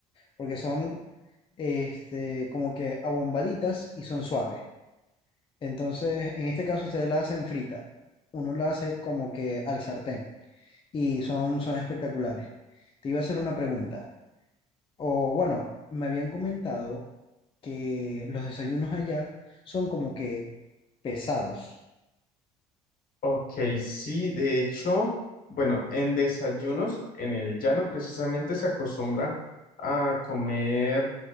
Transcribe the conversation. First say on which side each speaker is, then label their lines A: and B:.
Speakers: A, on the left (about 30°); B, on the left (about 50°).
A: porque son este, como que abombaditas y son suaves. Entonces, en este caso ustedes la hacen frita. Uno la hace como que al sartén y son, son espectaculares. Te iba a hacer una pregunta. O bueno, me habían comentado que los desayunos allá son como que pesados.
B: Ok, sí, de hecho, bueno, en desayunos, en el llano precisamente se acostumbra a comer,